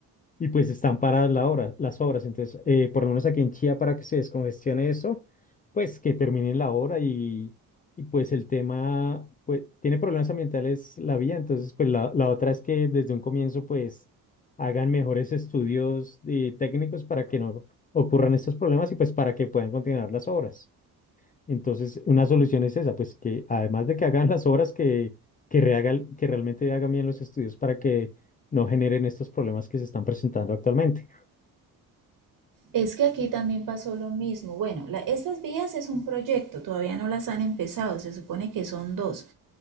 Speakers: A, on the left; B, on the right.
A: y pues están paradas la hora, las obras. Entonces, eh, por lo menos aquí en Chía, para que se descongestione eso, pues que terminen la obra y, y pues el tema, pues tiene problemas ambientales la vía. Entonces, pues la, la otra es que desde un comienzo, pues hagan mejores estudios eh, técnicos para que no ocurran estos problemas y pues para que puedan continuar las obras. Entonces, una solución es esa, pues que además de que hagan <laughs> las obras, que, que, rehaga- que realmente hagan bien los estudios para que no generen estos problemas que se están presentando actualmente.
B: Es que aquí también pasó lo mismo. Bueno, la- estas vías es un proyecto, todavía no las han empezado, se supone que son dos.